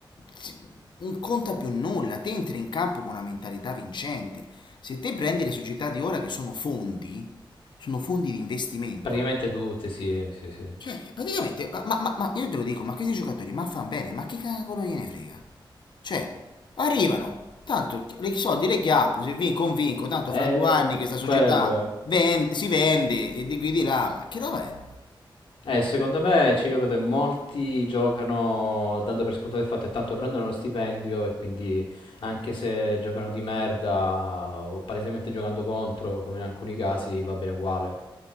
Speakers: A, on the left; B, on the left.
A: si- non conta più nulla, te entri in campo con una mentalità vincente. Se te prendi le società di ora che sono fondi, sono fondi di investimento,
B: Praticamente tutti, sì, sì, sì.
A: cioè praticamente, ma, ma- ma io te lo dico, ma questi giocatori, ma fanno bene, ma che cavolo gliene frega? Cioè, arrivano, tanto i soldi le chiappo, se vinco un vinco, tanto
B: Eh,
A: fra due anni che sta società
B: quello è.
A: vende- si vende e di qui di là, ma che roba è?
B: Eh, secondo me, cioè, io vedo che molti giocano dando per scontato il fatto che tanto prendono lo stipendio e quindi anche se giocano di merda o palesemente giocando contro, come in alcuni casi, va bene uguale.